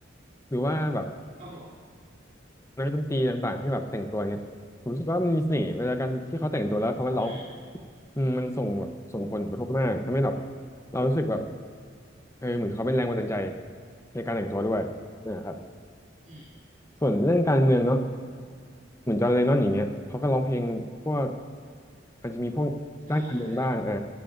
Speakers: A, on the left; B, on the right.
A: หรือว่าแบบ
B: ครับผม
A: นักดนตรีต่างๆที่แบบแต่งตัวเงี้ยผมรู้สึกว่ามันมีเสน่ห์เวลาการที่เขาแต่งตัวแล้วเขามาร้อง
B: อืม
A: อืมมันส่งแบบส่งผลกระทบมากทำให้แบบเรารู้สึกแบบเออเหมือนเขาเป็นแรงบันดาลใจในการแต่งตัวด้วยนะครับ
B: อืม
A: ส่วนเรื่องการเมืองเนาะ เหมือนจอห์นเลนนอนอย่างเงี้ยเขาก็ร้องเพลงพวกอาจจะมีพวกด้านการเมืองบ้างอ่า
B: ใช่